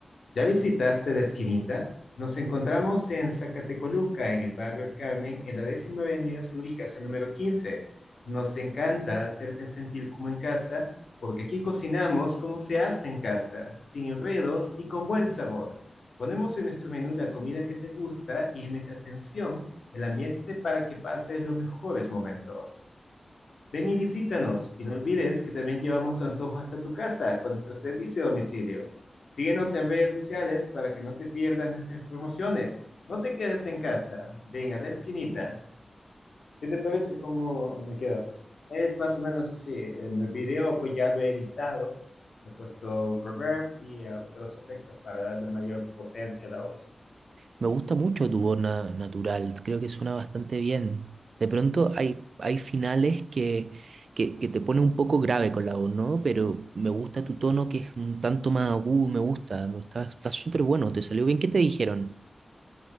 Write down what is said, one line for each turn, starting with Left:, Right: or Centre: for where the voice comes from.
Left: ¿Ya visitaste la esquinita? Nos encontramos en Zacatecoluca, en el barrio El Carmen, en la décima avenida sur y casa número 15. Nos encanta hacerte sentir como en casa, porque aquí cocinamos como se hace en casa, sin enredos y con buen sabor. Ponemos en nuestro menú la comida que te gusta y en nuestra atención el ambiente para que pases los mejores momentos. Ven y visítanos y no olvides que también llevamos tu antojo hasta tu casa con nuestro servicio a domicilio. Síguenos en redes sociales para que no te pierdas nuestras promociones. No te quedes en casa, ven a la esquinita. ¿Qué te parece cómo me quedo? Es más o menos así. En el video pues ya lo he editado, he puesto reverb y eh, otros efectos para darle mayor potencia a la voz.
Right: Me gusta mucho tu voz na- natural, creo que suena bastante bien. De pronto hay, hay finales que, que, que te pone un poco grave con la voz, ¿no? Pero me gusta tu tono que es un tanto más agudo, me gusta, está, está súper bueno, te salió bien. ¿Qué te dijeron?